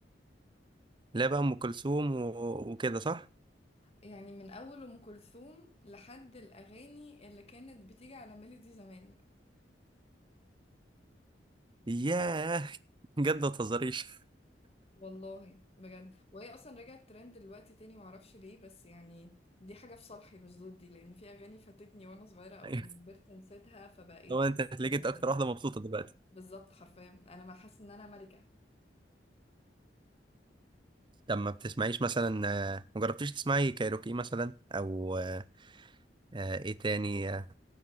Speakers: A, on the right; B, on the left.
A: لا بقى ام كلثوم و- وكده صح
B: يعني من اول ام كلثوم لحد الاغاني اللي كانت بتيجي على ميلودي زمان
A: ياه بجد ما تهزريش <laughs>
B: والله بجد وهي اصلا رجعت ترند دلوقتي تاني معرفش ليه بس يعني دي حاجه في صالحي مش ضدي لان في اغاني فاتتني وانا صغيره او
A: أيوة.
B: لما كبرت نسيتها فبقيت
A: هو انت هتلاقيك
B: شايفها
A: انت
B: تاني
A: اكتر واحدة مبسوطة دلوقتي
B: بالظبط حرفيا انا ما حاسه ان انا ملكه
A: طب ما بتسمعيش مثلا آه، ما جربتيش تسمعي كايروكي مثلا او آه، آه، ايه تاني آه،